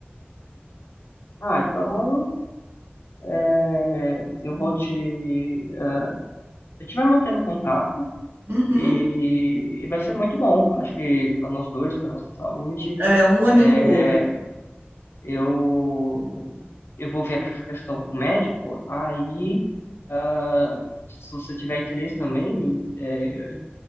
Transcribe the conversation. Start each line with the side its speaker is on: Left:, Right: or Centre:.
Left: Ah, então, é, eu vou te... ah, a gente vai mantendo contato
Right: Uhum.
Left: e, e vai ser muito bom, acho que para nós dois, para nossa saúde,
Right: É, um anima
Left: é,
Right: o outro.
Left: eu, eu vou ver essa questão com o médico, aí, ah, se você tiver interesse também é,